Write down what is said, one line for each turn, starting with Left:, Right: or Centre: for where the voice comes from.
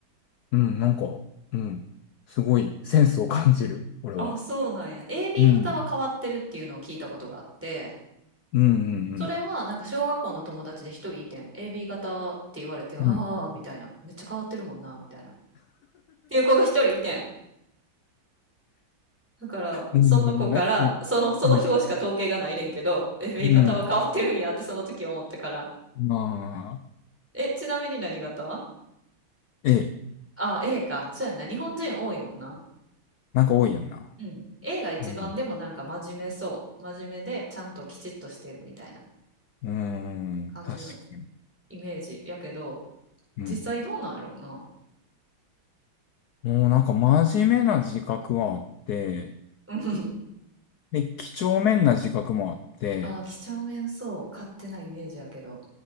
Left: うん、なんか、うん、すごいセンスを感じる、俺は。
Centre: あ、そうなんや。AB
Left: うん。
Centre: 型は変わってるっていうのを聞いたことがあって、
Left: うん、うん、
Centre: それはなんか小学校の友達で一人いてん。AB 型って言われて、ああ、
Left: うん。うん。
Centre: みたいな。めっちゃ変わってるもんな、みたいな。っていう子が一人いてん。だから、
Left: うんなるほどね。
Centre: その子から、その、その表しか統計がないねんけど、
Left: うんうん。
Centre: AB
Left: うん
Centre: 型は変わってるんやってその時思ってから。
Left: まあ、
Centre: え、ちなみに何型
Left: ええ、
Centre: あ、A か。そうやんな。日本人多いもんな。
Left: なんか多いやんな。
Centre: うん。A が一番でもなんか真面目そう。
Left: うん。
Centre: 真面目でちゃんときちっとしてるみたいな
Left: うーん、
Centre: 感じの
Left: 確かに。
Centre: イメージやけど、
Left: うん。
Centre: 実際どうなんやろうな。
Left: もうなんか真面目な自覚はあって、
Centre: <laughs> うん。
Left: で、几帳面な自覚もあって、
Centre: ああ、几帳面そう。勝手なイメージやけど。